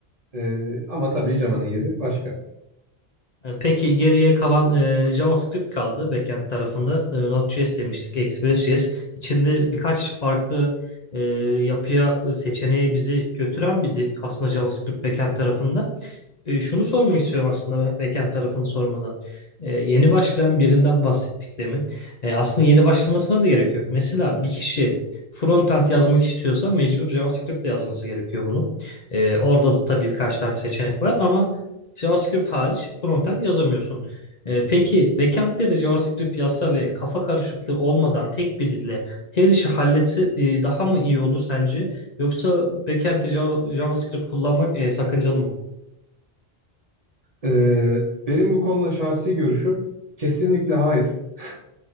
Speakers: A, on the right (about 40°); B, on the left (about 45°).
A: Ee, ama tabii Cema'nın yeri başka.
B: E, Peki geriye kalan e, JavaScript kaldı backend tarafında. E, Node.js demiştik, Express.js. İçinde birkaç farklı e, yapıya, e, seçeneğe bizi götüren bir dil aslında JavaScript backend tarafında. E, şunu sormak istiyorum aslında backend tarafını sormadan. E, yeni başlayan birinden bahsettik demin. E, aslında yeni başlamasına da gerek yok. Mesela bir kişi frontend yazmak istiyorsa mecbur JavaScript ile yazması gerekiyor bunu. E, orada da tabii birkaç tane seçenek var ama JavaScript hariç frontend yazamıyorsun. E, peki backend'de de JavaScript yazsa ve kafa karışıklığı olmadan tek bir dille her işi halletse e, daha mı iyi olur sence? Yoksa backend'de Java- JavaScript kullanmak e, sakıncalı mı?
A: Ee, benim bu konuda şahsi görüşüm kesinlikle hayır. <laughs>